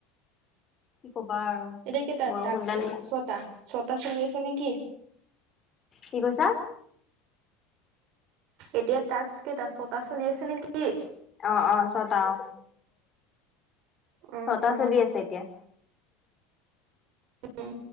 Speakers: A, on the left; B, on the right.
A: ক'বা আৰু।
B: এতিয়া কেইটা তাত
A: বৰষুণডাল
B: তাকচ ছতা ছতা চলি আছে নেকি।
A: কি কৈছা।
B: এতিয়া তাকচ। কেইটা ছয়টা চলি আছে নেকি।
A: অ অ ছটা অ
B: উম
A: ছটা
B: উম
A: চলি আছে এতিয়া।
B: উম